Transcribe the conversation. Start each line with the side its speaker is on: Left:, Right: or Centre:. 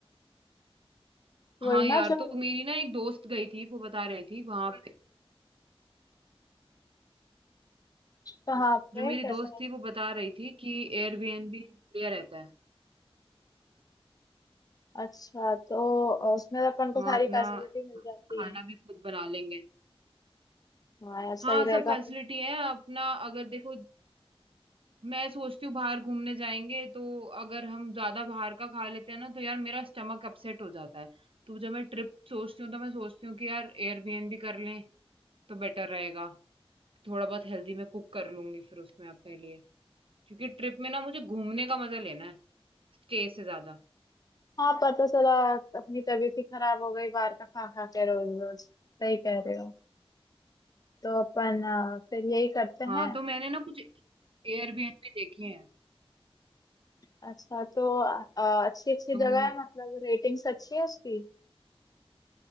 Right: हाँ
Left: वही ना
Right: यार
Left: जो
Right: तो मेरी ना एक दोस्त गई थी वो बता रही थी वहां पे
Left: कहाँ
Right: जो
Left: पे
Right: मेरी
Left: कैसा
Right: दोस्त
Left: है
Right: थी वो बता रही थी कि एयरबीएनबी बढ़िया रहता है
Left: अच्छा तो अ, उसमें अपन को
Right: वहाँ
Left: सारी
Right: अपना
Left: फैसिलिटी मिल जाती
Right: खाना
Left: है
Right: भी खुद बना लेंगे
Left: हाँ यार सही
Right: हाँ
Left: रहेगा
Right: सब फैसिलिटी
Left: अपन-
Right: है अपना अगर देखो मैं सोचती हूँ बाहर घूमने जाएंगे तो अगर हम ज्यादा बाहर का खा लेते हैं ना तो यार मेरा स्टमक अपसेट हो जाता है तो जब मैं ट्रिप सोचती हूँ तो मैं सोचती हूँ कि यार एयरबीएनबी कर लें तो बेटर रहेगा थोड़ा बहुत हेल्दी मैं कुक कर लूंगी फिर उसमें अपने लिए क्योंकि ट्रिप में ना मुझे घूमने का मजा लेना है स्टे से ज्यादा
Left: हाँ पता चला अपनी तबीयत ही खराब हो गई बाहर का खा खा के रोज रोज सही कह रहे हो तो अपन अ, फिर यही करते
Right: हाँ
Left: हैं
Right: तो मैंने ना कुछ एयरबीएनबी देखे हैं
Left: अच्छा तो अच्छी अच्छी
Right: तुम
Left: जगह है मतलब रेटिंग्स अच्छी है उसकी